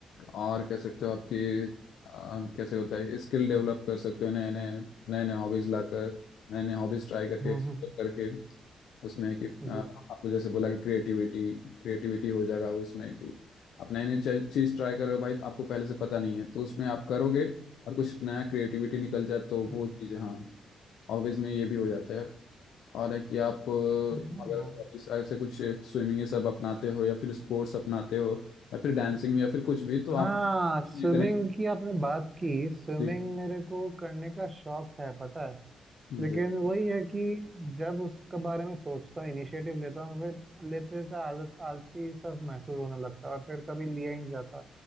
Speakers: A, on the left; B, on the right.
A: और कह सकते हो आपकी आ, कैसे होता है स्किल डेवलप कर सकते हो नए नए नए नए हॉबीज लाकर नए नए हॉबीज ट्राई करके
B: हम्म
A: एक्सप्लोर करके उसमें कि अ,
B: हम्म,
A: आपको
B: जी
A: जैसे बोला कि क्रिएटिविटी क्रिएटिविटी हो जाएगा उसमें कि आप नए नए चीज ट्राई करो भाई तो आपको पहले से पता नहीं है तो उसमें आप करोगे और कुछ नया क्रिएटिविटी निकल जाए तो वो
B: हम्म,
A: चीज़ हाँ ऑफिस में ये भी हो जाता है यार और है कि आप अ,
B: हाँ
A: अगर
B: यार
A: ऑफिस ऐसे कुछ स्विमिंग ये सब अपनाते हो या फिर स्पोर्ट्स अपनाते हो या फिर डांसिंग या फिर कुछ भी तो
B: हाँ
A: आप
B: स्विमिंग
A: कनेक्ट
B: की आपने बात की स्विमिंग
A: जी
B: मेरे को करने का शौक है पता है लेकिन
A: जी
B: वही है कि जब उसके बारे में सोचता हूँ इनिशिएटिव लेता हूँ फिर लेते लेते आलस आलसी सब महसूस होने लगता है और फिर कभी लिया ही नहीं जाता